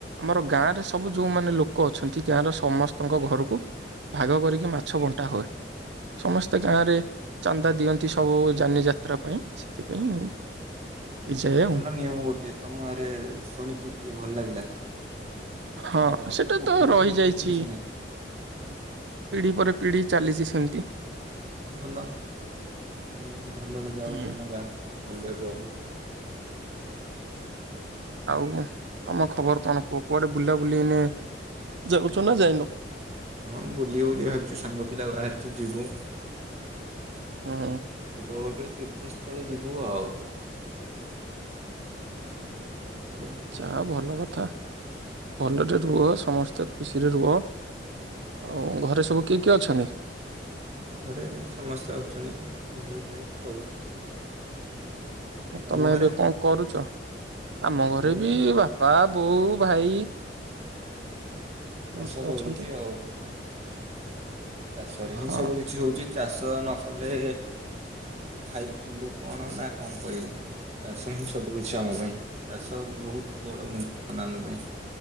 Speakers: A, on the right; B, on the right.
A: ଆମର ଗାଁ ରେ ସବୁ ଯୋଉମାନେ ଲୋକ ଅଛନ୍ତି ଗାଁର ସମସ୍ତଙ୍କ ଘରକୁ ଭାଗ କରିକି ମାଛ ବଣ୍ଟା ହୁଏ। ସମସ୍ତେ ଗାଁ ରେ ଚାନ୍ଦା ଦିଅନ୍ତି ସବୁ ଯାନି ଯାତ୍ରା ପାଇଁ ସେଥିପାଇଁ ହେଇଯାଏ
B: ଏତେ ଭଲ
A: ଆଉ।
B: ନିୟମ ଗୋଟେ ତମ ଗାଁ ରେ ଶୁଣିକି ଟିକେ ଭଲ ଲାଗିଲା।
A: ହଁ
B: ଆମ ଗାଁ
A: ସେଟା
B: ପୋଖରୀ
A: ତ ରହିଯାଇଛି।
B: ଫୋଖରୀ କିଛି ନାହିଁ
A: ପିଢ଼ି ପରେ ପିଢ଼ି ଚାଲିଛି ସେମତି।
B: ଭଲ ଏମିତି ଭଲରେ ଯାଉ
A: ହୁଁ।
B: ତମ ଗାଁ ଭଲରେ ରହୁ।
A: ଆଉ ତମ ଖବର କଣ କୁହ କୁଆଡ଼େ ବୁଲା ବୁଲି ଏଇନେ ଯାଉଛ ନା ଯାଇନ?
B: ହଁ ବୁଲି- ବୁଲି ଭାବିଛୁ ସାଙ୍ଗ ପିଲା ବାହାରିଛୁ ଯିବୁ।
A: ହୁଁ।
B: ଗୋଟେ ଗୋଟରେ ତୀର୍ଥସ୍ଥଳୀ ଯିବୁ ଆଉ। <unintelligible>
A: ଚା ଭଲ କଥା ଭଲରେ ରୁହ ସମସ୍ତେ ଖୁସିରେ ରୁହ। ଆଉ ଘରେ ସବୁ କିଏ କିଏ ଅଛନ୍ତି?
B: ଘରେ ସମସ୍ତେ ଅଛନ୍ତି। ଭାଇ ଭାଇ ସବୁ। ତମ
A: ତମେ
B: ଘରେ?
A: ଏବେ କଣ କରୁଛ? ଆମ ଘରେ
B: ମୁଁ
A: ବି ବାପା ବୋଉ ଭାଇ ସମସ୍ତେ
B: ଚାଷ କରୁଛି
A: ଅଛନ୍ତି।
B: ଆଉ। ଚାଷରେ ହିଁ
A: ହଁ
B: ସବୁ କିଛି ହଉଛି, ଚାଷ ନ କଲେ ଖାଇବୁ କଣ ନା କଣ କରିବୁ? ଚାଷ ହିଁ ସବୁ କିଛି ଆମ ପାଇଁ। ଚାଷ ବହୁତ ବଡ ମୂଲ୍ୟବାନ ଆମ ପାଇଁ।